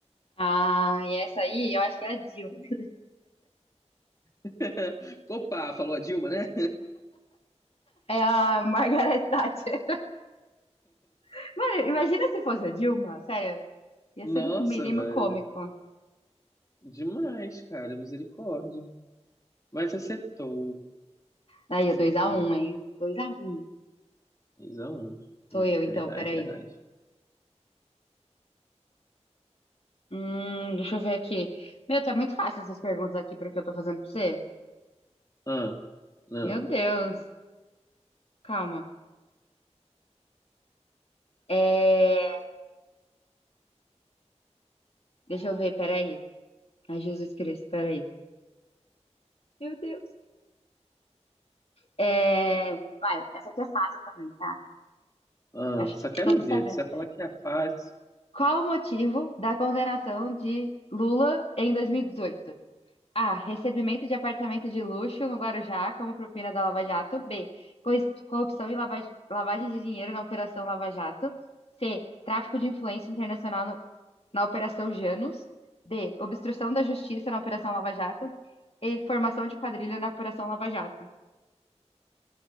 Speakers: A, on the left; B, on the left.
A: ah, e essa aí, eu acho que é a Dilma. <laughs>
B: <laughs> Opa, falou a Dilma, né?
A: É a Margaret Thatcher. <laughs> Mano, imagina se fosse a Dilma, sério. Ia
B: Nossa,
A: ser o mínimo
B: velho.
A: cômico.
B: Demais, cara. Misericórdia. Mas acertou.
A: Aí,
B: Acertou.
A: dois a um, hein? Dois a um.
B: 3 um,
A: Sou
B: 1
A: eu, então,
B: É verdade,
A: peraí.
B: é verdade.
A: Hum, deixa eu ver aqui. Meu, tá muito fácil essas perguntas aqui porque eu tô fazendo pra você.
B: Ah, não,
A: Meu Deus. Calma. É... Deixa eu ver, peraí. Ai, Jesus Cristo, peraí. Meu Deus. É... Vai, essa aqui é fácil também, tá?
B: ah.
A: Acho
B: Só
A: que
B: quero
A: todos
B: ver.
A: sabemos.
B: Você vai falar que é fácil.
A: Qual o motivo da condenação de Lula em 2018? A. Recebimento de apartamento de luxo no Guarujá como propina da Lava Jato. B. corris- Corrupção e lava- lavagem de dinheiro na Operação Lava Jato. C. Tráfico de influência internacional no- na Operação Janus. D. Obstrução da justiça na Operação Lava Jato. E. Formação de quadrilha na Operação Lava Jato.